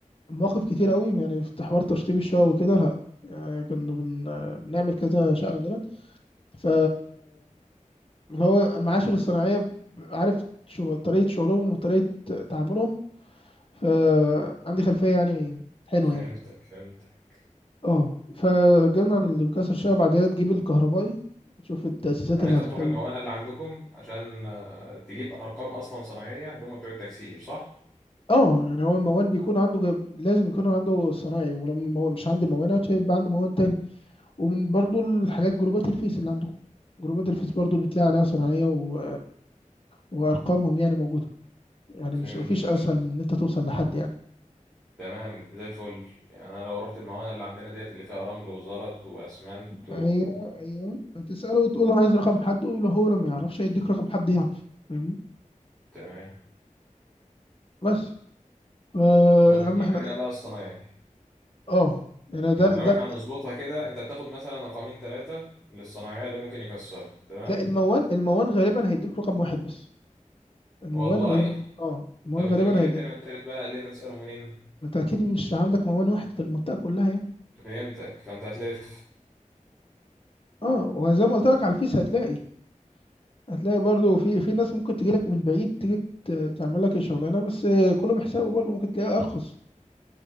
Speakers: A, on the left (about 45°); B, in the centre.
A: مواقف كتير قوي يعني في حوار تشطيب الشقق وكده لا يعني كنا بن... آه، بنعمل كذا شقة عندنا ف اللي هو معاشر الصناعية ب- عارف شو... طريقة شغلهم وطريقة تعاملهم فعندي خلفية يعني حلوة
B: فهمتك
A: يعني
B: فهمتك
A: اه فجبنا اللي بيكسر الشقة بعدها تجيب الكهربائي تشوف التأسيسات
B: يعني
A: اللي
B: انت
A: هتحتاجها
B: بتروح الموانئ اللي عندكم عشان آه، تجيب ارقام اصلا صناعيه اللي هم بتوع التكسير صح
A: اه يعني هو الموان بيكون عنده جب... لازم يكون عنده صناعي ولو المو... مش عندي موانات هيبقى عندي موان تاني ومن برضو الحاجات جروبات الفيس اللي عندكم جروبات الفيس برضو بتلاقي عليها صناعية و... وأرقامهم يعني موجودة يعني
B: فهمتك
A: مش مفيش أسهل من إن أنت توصل لحد يعني
B: تمام زي الفل يعني انا لو رحت الموانئ اللي عندنا ديت اللي فيها رمل وزلط واسمنت و...
A: أيوه أيوه تسأله وتقول له عايز رقم حد ولو هو لو ما يعرفش هيديك رقم حد يعرف فاهمني
B: تمام
A: بس فا
B: لو
A: يا
B: بتجيب
A: عم احنا
B: من هنا بقى الصنايعي
A: اه يعني ده
B: يعني
A: ده
B: لو احنا هنظبطها كده انت بتاخد مثلا رقمين ثلاثه للصنايعيه اللي ممكن يكسروا تمام
A: لا الموان الموان غالبا هيديك رقم واحد بس الموان
B: والله
A: غالبا اه الموان
B: طب
A: غالبا
B: انت بتجيب
A: هيديك
B: التاني والتالت بقى اللي انت تسأله منين
A: انت اكيد مش عندك موان واحد في المنطقة كلها يعني
B: فهمتك فانت هتلف
A: اه وزي ما قلت لك على الفيس هتلاقي هتلاقي برضو في في ناس ممكن تجيلك من بعيد تيجي ت- تعمل لك الشغلانه بس كله بحسابه برضو ممكن تلاقيها ارخص